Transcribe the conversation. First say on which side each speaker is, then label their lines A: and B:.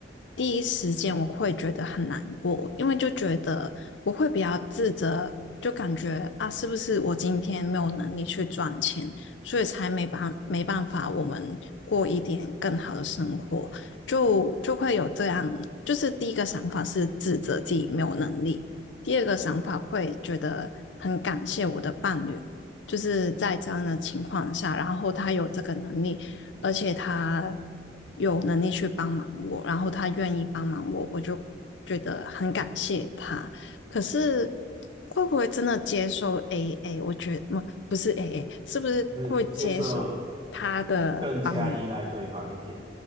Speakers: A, on the left; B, on the right.
A: 第一时间我会觉得很难过，因为就觉得我会比较自责，就感觉啊，是不是我今天没有能力去赚钱，所以才没办没办法我们过一点更好的生活。就就会有这样，就是第一个想法是指责自己没有能力，第二个想法会觉得很感谢我的伴侣，就是在这样的情况下，然后他有这个能力，而且他有能力去帮忙我，然后他愿意帮忙我，我就觉得很感谢他。可是会不会真的接受 AA？我觉得不不是 AA，是不是会接受他的帮忙？
B: 就是接受更加依赖对方一点，